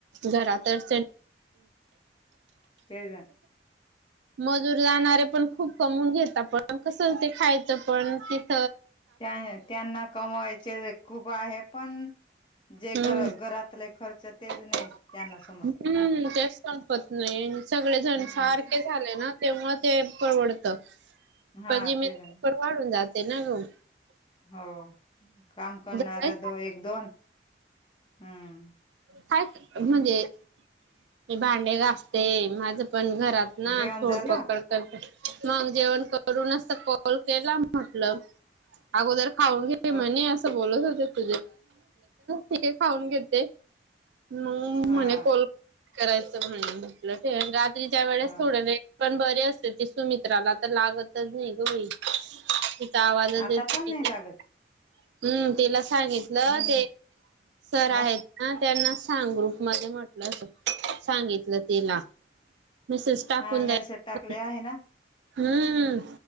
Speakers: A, on the right (about 80°); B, on the left (about 30°).
A: घरातच
B: तेज आहे
A: मजूर जाणारे पण खूप कमवून घेत पण कस ते खायचं पण त
B: त्यांना कमायचे खूप बाहे पण जेर
A: हम्म
B: घरातले खर्च तेच
A: हम्म
B: नाही त्यांना समजत ना ग
A: तेच संपत नाही सगळेजण
B: हम्म
A: सारखे झाले ना ते मु ते परवडत
B: हा
A: पणजी
B: तेच
A: मी
B: ना
A: पर वाढून जाते ना गो
B: हो काम करणारा
A: काय
B: दो एक दोन हम्म
A: काय म्हणजे मी भांडे गासते माझ पण घरात ना
B: जेवण
A: सोडपकड
B: झालं
A: करत मग जेवण करूनच कॉल केला म्हटल अगोदर खाऊन घे
B: अ
A: म्हणे असं बोलत होत <unintelligible> खाऊन घेते न
B: हा
A: म्हणे कॉल करायचं म्हणण म्हटलं ज्या वेळेस
B: हा
A: सोडले पण बरे असते त तू मित्राला तर लागतच नाही ग बाई तिचा आवाजच
B: आता पण
A: येत
B: नाही लागत
A: <inaudible> हम्म तिला सांगितलं
B: हम्म
A: ते सर आहेत
B: अ
A: त्यांना सांग ग्रुप मध्ये म्हटलं अस सांगितलं तिला मिसेस टाकून
B: हा
A: द्याय
B: मेसेज टाकले आहे ना
A: हम्म